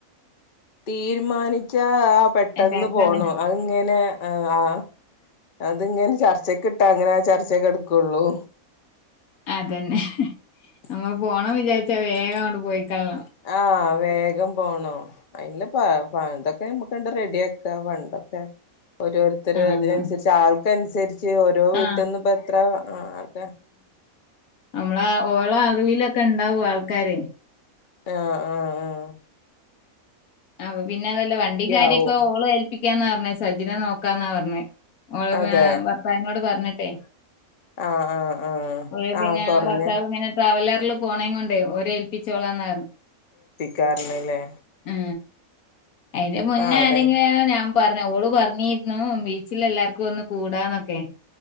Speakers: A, on the left; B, on the left.
A: തീരുമാനിക്കാ ആ പെട്ടെന്ന്
B: എല്ലാവർക്കും
A: പോണു
B: അങ്ങനെ
A: അ ഇങ്ങനെ അ ആ അത്ങ്ങനെ ചർച്ചക്കെ ഇട്ടാ അങ്ങനെ ആ ചർച്ചക്ക് ട്ടാ അങ്ങനെ ചർച്ചെ കെടുക്കോള്ളു
B: അതന്നെ നമ്മ പോണം വിചാരിച്ച വേഗം അങ്ങോണ്ട് പോയിക്കളോ
A: ആ വേഗം പോണം അയിന് പ്പ ഹെ എതൊക്കെ റെഡിയ ആക്ക പണ്ടൊക്കെ ഓരോരുത്തര
B: ഉം.
A: അതിനനുസരിച്ച് ആൾക്കനുസരിച്ച് ഓരോ വീട്ടിൽന്ന്
B: ആ ആ
A: ഇപ്പ എത്ര ആ ക്കെ
B: നമ്മള ഓരോ അറിവിലൊക്കെ ഉണ്ടാവും ആൾക്കാർ
A: ആ ആ ആ
B: അപ പിന്നെ അതല്ല വണ്ടി കാര്യൊപ്പ
A: ആവും
B: ഓള് ഏല് പിക്ക ക്ക പറഞ്ഞേ സജിനെ നോക്കാന്നാ പറഞ്ഞേഓള്
A: അതെ
B: ഭർത്താവിനോട് പറഞ്ഞിട്ടെ
A: ആഹ് ആഹ് ആഹ്
B: ഓൾ പിന്നെ
A: ആഹ് കൊറഞ്ഞ
B: ഭർത്താവ് ഇങ്ങനെ ട്രാവലറിൽ പോണെ കൊണ്ടോ ഓരെ ഏൽപ്പിച്ചോളാംന്ന
A: കാരണല്ലേ
B: ഉ അതിന്റെ മുന്നേ
A: ആഹ് അതന്നെ
B: ആരെങ്കിലും <unintelligible> നാം പറഞ്ഞ ഓള് പറഞ്ഞിരുന്നു ബീച്ചിൽ എല്ലാർക്കും ഒന്ന് കൂടാന്നൊക്കെ